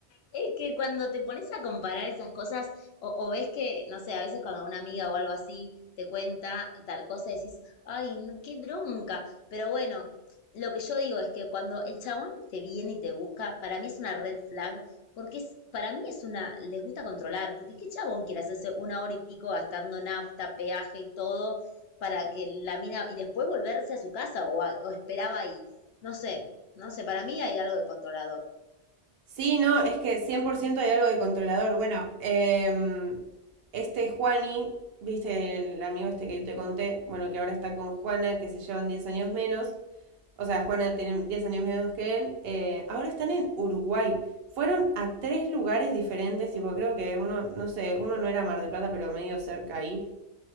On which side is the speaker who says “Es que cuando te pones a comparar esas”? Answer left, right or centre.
Left